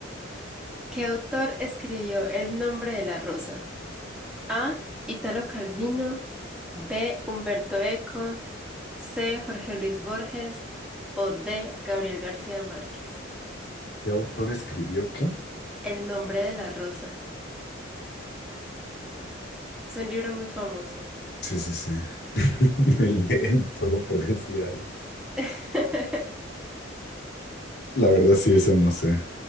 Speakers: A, in the centre; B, on the left.
A: ¿qué autor escribió El nombre de la rosa? A. Italo Calvino. B. Humberto Eco. C. Jorge Luis Borges. O D. Gabriel García Márquez.
B: ¿Qué autor escribió qué?
A: El nombre de la rosa. Es un libro muy famoso.
B: Sí, sí, sí. <laughs> El de, solo por decir algo.
A: <laughs>
B: La verdad, sí, eso no sé.